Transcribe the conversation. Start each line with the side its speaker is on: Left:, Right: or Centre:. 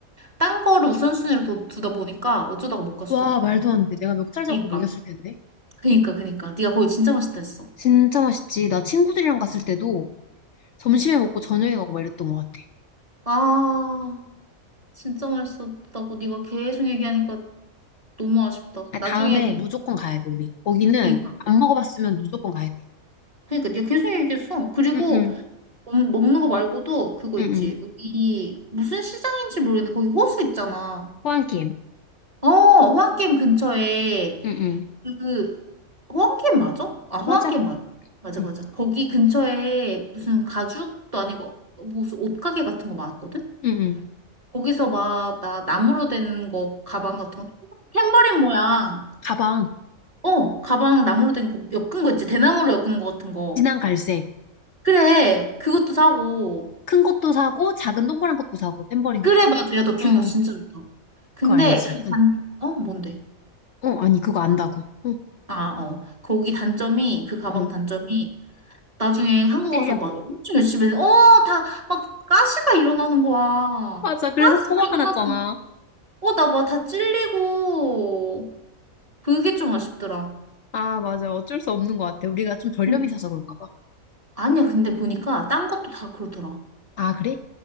Right: 딴 거를 우선순위로 두- 두다 보니까 어쩌다가 못 갔어.
Left: 와, 말도 안 돼. 내가 멱살 잡고
Right: 그니까
Left: 먹였을 텐데.
Right: 그니까 그니까 네가 거기 진짜 맛있다 했어.
Left: 진짜 맛있지. 나 친구들이랑 갔을 때도 점심에 먹고 저녁에 가고 막 이랬던 것 같아.
Right: 아 진짜 맛있었다고 네가 계속 얘기하니까 너무 아쉽다.
Left: 아,
Right: 나중에
Left: 다음에 무조건 가야 돼, 우리. 거기는
Right: 그니까
Left: 안 먹어봤으면 무조건 가야 돼.
Right: 그니까 네가 계속 얘기했어. 그리고
Left: 응응.
Right: 먹- 먹는 거 말고도 그거
Left: 응응.
Right: 있지. 우리 무슨 시장인지 모르겠는데 거기 호수 있잖아.
Left: 호환김.
Right: 어, 호환게임 근처에
Left: 응응.
Right: 그 호환게임 맞아? 아, 호환게임
Left: 맞아.
Right: 맞아. 맞아,
Left: 응.
Right: 맞아. 거기 근처에 무슨 가죽도 아니고 무슨 옷가게 같은 거 많았거든?
Left: 응응.
Right: 거기서 막 나 나무로 된 거 가방 같은 거 탬버린 모양
Left: 가방.
Right: 어 가방 나무로 된 거 엮은 거 있지 대나무로 엮은 거 같은 거
Left: 진한 갈색.
Right: 그래 그것도 사고
Left: 큰 것도 사고 작은 동그란 것도 사고 탬버린
Right: 그래,
Left: 같은.
Right: 맞아 야 너 기억력
Left: 어.
Right: 진짜 좋다. 근데
Left: 그거 알지?
Right: 그
Left: 응.
Right: 단, 어? 뭔데?
Left: 어 아니 그거 안다고. 응.
Right: 아, 어. 거기 단점이, 그 가방
Left: 응.
Right: 단점이, 나중에 한국
Left: 찔려.
Right: 와서 막 엄청 열심히, 했는데 어, 다, 막, 가시가 일어나는 거야.
Left: 맞아. 그래서
Right: 가시가
Left: 소화가
Right: 일어나서,
Left: 났잖아.
Right: 어, 나 막 다 찔리고, 그게 좀 아쉽더라.
Left: 아 맞아. 어쩔 수 없는 것 같아. 우리가 좀 저렴이
Right: 음.
Left: 사서 그런가 봐.
Right: 아니야, 근데 보니까, 딴 것도 다 그렇더라.
Left: 아 그래?